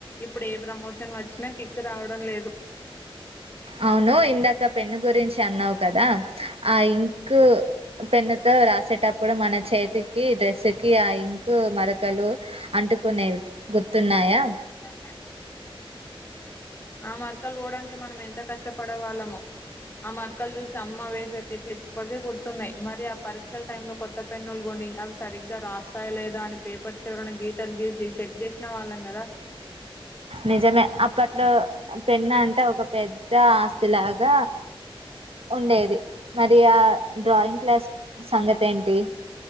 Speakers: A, on the left; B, on the right.
A: ఇప్పుడు ఏ ప్రమోషన్ వచ్చినా కిక్ రావడం లేదు
B: అవును ఇందాక పెన్ను గురించి అన్నావు కదా ఆ ఇంక్ పెన్నుతో రాసేటప్పుడు మన చేతికి డ్రెస్సు కి ఆ ఇంక్ క్ మరకలు అంటుకునేది గుర్తున్నాయా
A: ధాన్య ఆ మరకలు పోవడానికి మనం ఎంత కష్టపడే వాళ్ళమో ఆ మరకలు చూసి అమ్మ వేసే తిట్లు ఇప్పటికే గుర్తున్నాయి మరి ఆ పరీక్షల టైమ్ లో కొత్త పెన్నులు కొని అవి సరిగ్గా రాస్తాయ లేదా అని పేపర్స్ ఎవరైనా గీతలు గీసి చెక్ చేసిన వాళ్ళం కదా
B: నిజమే అప్పట్లో పెన్న అంటే ఒక పెద్ద ఆస్తి లా ద ఉండేది మరి ఆ డ్రాయింగ్ క్లాస్ సంగతి ఏంటి